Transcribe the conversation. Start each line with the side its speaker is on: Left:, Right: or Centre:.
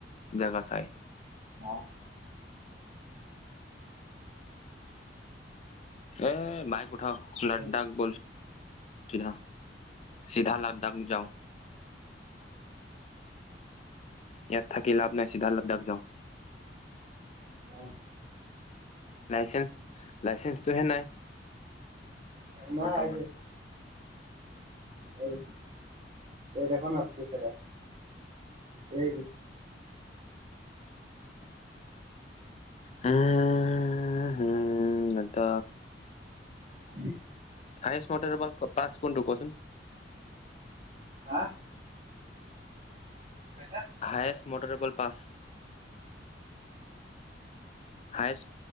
Left: জোগা চাই।
Right: হা?
Left: এ বাইক উঠাও লড্ডাক
Right: এই
Left: বোল চিধা। চিধা লাদ্যাক যাওঁ। ইয়াত থাকি লাভ নাই, চিধা লাদ্যাক যাওঁ।
Right: <unintelligible>
Left: লাইচেন্স, লাইচেন্সটোহে নাই।
Right: নাই
Left: বৰ্তমান
Right: আইতে। এই এই দেখোন পি চাইটে। সেই যে।
Left: উম। নেটা
Right: <unintelligible>
Left: আইচ মটৰ পাঁচ কোন টো কচোন।
Right: হা হা
Left: হায়েষ্ট মটৰবল পাঁচ হায়েষ্ট